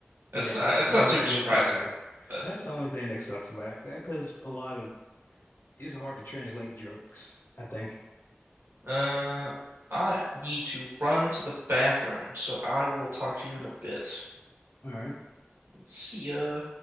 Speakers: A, on the right; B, on the left.
A: That's
B: Yeah,
A: not
B: that's
A: that's
B: the
A: not
B: only
A: super
B: thing
A: surprising.
B: that sucks about it.
A: But
B: That's the only thing that sucks about it. Because a lot of it's hard to translate jokes, I think.
A: uh I need to run to the bathroom, so I will talk to you in a bit.
B: All right.
A: See ya.